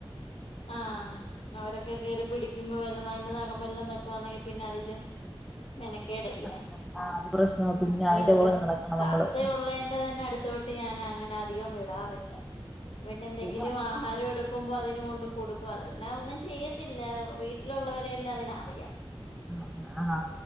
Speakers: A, on the left (about 75°); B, in the centre.
A: ആ അവരൊക്കെ കേറി പിടിക്കുമ്പോ വെല്ലോ അയ്ന്റെ നഖം വല്ലോം തട്ടുവാന്നെങ്കിൽ പിന്നെ അതിലും മെനക്കേടല്ലയോ
B: സത്യം ആ അത് പ്രശ്നവാ
A: ഉം
B: പിന്നെ
A: ഒരു
B: അയിന്റെ
A: ഒരു
B: പുറകെ നടക്കണം
A: തത്ത
B: നമ്മള്
A: ഉള്ളേന്റെന്നെ അടുത്തോട്ട് ന്നെ അങ്ങനെ അധികം വിടാറില്ല. പിന്നെ എന്തെങ്കിലും
B: ശരിയാ
A: ആഹാരം എടു ക്കുമ്പോ അതിന് കൊണ്ട് കൊടുക്കും അത് പിന്നെ ഒന്നും ചെയ്യത്തില്ല വീട്ടിലുള്ളവരെയല്ലാം അതിന് അറിയാ.
B: അ ആ